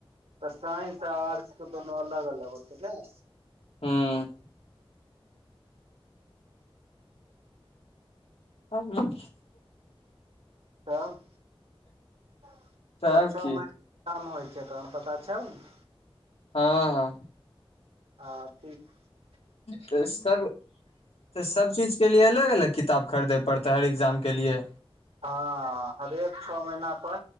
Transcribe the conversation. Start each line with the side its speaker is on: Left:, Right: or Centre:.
Right: तऽ साइन्स आ आर्ट्स केथंदोनू अलग अलग होत नहि।
Left: हुँ। हं कि।
Right: तब छ
Left: तब
Right: छ
Left: की
Right: महीनाके काम होइ छैय पता छौ नहि।
Left: हाँ हाँ।
Right: हां ठीक छै।
Left: तऽ सब तऽ सब चीज। के लिए अलग-अलग किताब खरदै पड़तै हर इग्जाम के लिए।
Right: हाँ हरेक छ मैहना पर